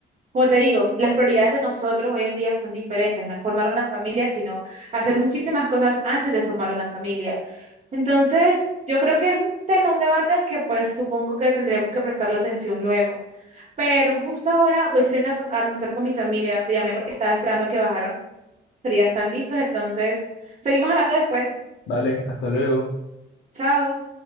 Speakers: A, on the right; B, on the left.
A: Como te digo, las prioridades de nosotros hoy en día son diferentes, no es formar una familia, sino hacer muchísimas cosas antes de formar una familia. Entonces, yo creo que es un tema, un debate que pues supongo que tendremos que prestarle atención luego. Pero justo ahora voy saliendo a, for- a almorzar con mi familia, te llamé porque estaba esperando a que bajaran, pero ya están listos, entonces seguimos hablando después.
B: Vale, hasta luego.
A: Chao.